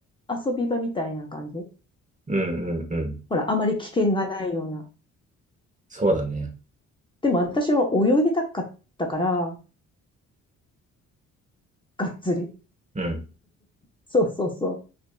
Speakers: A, on the left (about 15°); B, on the right (about 25°).
A: 遊び場みたいな感じ。
B: うんうんうん。
A: ほら、あまり危険がないような。
B: そうだね。
A: でも私は泳ぎたかったから、がっつり。
B: うん。
A: そうそうそう。